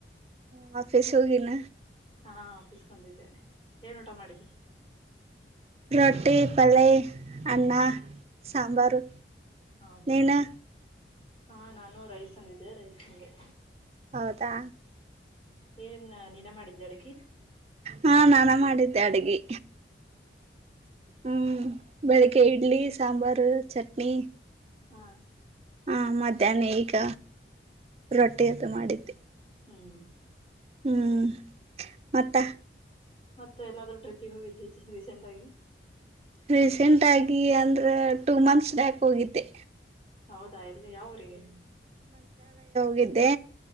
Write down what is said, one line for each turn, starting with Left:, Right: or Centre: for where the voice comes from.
Right: ಹ ಆಫೀಸ್ ಹೋಗಿನ.
Left: ಹಾ ಆಫೀಸ್ಗ್ ಬಂದಿದ್ದೆ ಏನ್ ಊಟ ಮಾಡಿದ್ದಿ.
Right: ರೊಟ್ಟಿ ಪಲೈ. ಅನ್ನ
Left: ಹ್ಮ್
Right: ಸಾಂಬಾರು
Left: ಹೌದಾ
Right: ನೀನು.
Left: ಹಾ ನಾನು ರೈಸ್ ತಂದಿದ್ದೆ ರೈಸನ್ಗೆ. <inaudible>
Right: ಹೌದಾ
Left: ಏನ್ ನಿನ ಮಾಡಿದ್ಯ ಅಡ್ಗಿ.
Right: ಹಾ ನಾನ ಮಾಡಿದ್ದೆ ಅಡ್ಗಿ. ಹ್ಮ್ ಬೆಳಗೆ ಇಡ್ಲಿ ಸಾಂಬಾರು ಚಟ್ನಿ.
Left: ಹಾ
Right: ಹಾ ಮಧ್ಯಾಹ್ನ ಈಗ ರೊಟ್ಟಿ ಊಟ ಮಾಡಿದ್ದೆ.
Left: ಹ್ಮ್
Right: ಹ್ಮ್ ಮತ್ತ.
Left: ಮತ್ತೆ ಎಲ್ಲಾದ್ರೂ ಟ್ರಿಪ್ಪಿಗೆ ಹೋಗಿದ್ದಿ ರೀಸೆಂಟ್ ಆಗಿ.
Right: ರೀಸೆಂಟ್ ಆಗಿ ಅಂದ್ರೆ ಟೂ ಮಂತ್ಸ್ ಬ್ಯಾಕ್ ಹೋಗಿದ್ದೆ.
Left: ಹೌದಾ ಎಲ್ಲಿ ಯಾವೂರಿಗೆ.
Right: ಗಿದ್ದೆ.